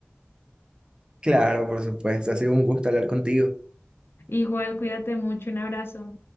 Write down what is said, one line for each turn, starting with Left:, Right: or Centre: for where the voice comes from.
Right: Claro, por supuesto. Ha sido un gusto hablar contigo.
Left: Igual, cuídate mucho, un abrazo.